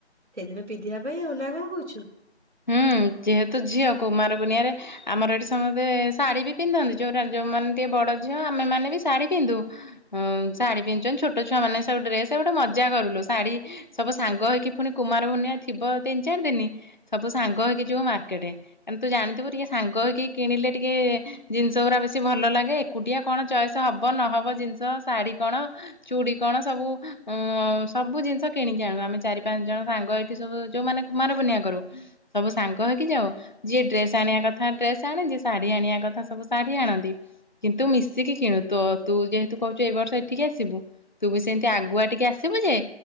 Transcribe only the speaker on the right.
ସେଇଦିନ ପିନ୍ଧିବା ପାଇଁ ଆଉ ନା କଣ କହୁଛୁ?